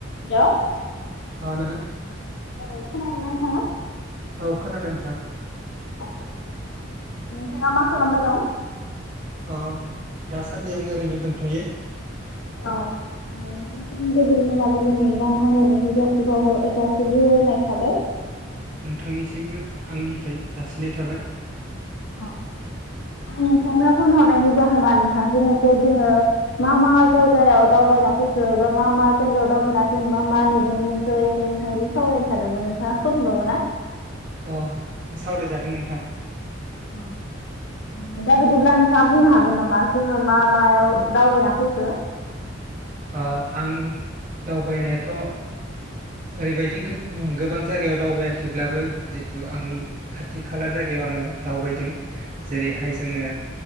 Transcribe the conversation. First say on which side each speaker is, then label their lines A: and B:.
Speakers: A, on the left; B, on the right.
A: Hello
B: ओ नोंथां
A: औ खोनादोंना नोंथाङा?
B: औ खोनादों नोंथां
A: औ नोंथाङा मा खालामबाय दं?
B: अ दासान्दि आं ओरैनो दंथ'यो।
A: औ आङो नोंथांसिम गोजोन मोनाबिलिनि गाहाम हामलायनायखौ जासिबावहर जासिग्रोनाय थाबाय।
B: नोंथांनिसिमबो आंनिफ्राय जासिनाय थाबाय।
A: अ आं नोंथांनो फन हरनायनि जाहोना नोंथांजों एसे जोङो मा मा जायगायाव दावबायना फैखो एबा मा मा जायगायाव दावबायना जों मा मा नुबोनो मोनखो एसे नोंथांजों सावरायनो सानदोंमोन नोंथाङा सम दङ ना?
B: अ सावरायजागोन नोंथां।
A: अ दा बिदिब्ला नोंथाङा बुंनो हागोन नामा जोङो मा मायाव दावबायना फैखो?
B: अ आं दावबायनाया थ ओ ओरैबायदि गो उम गोबां जायगायाव दावबायाखैब्लाबो जि थु आंनि खाथि खाला जायगायाव आङो दावबायदों। जेरैहाय जोङो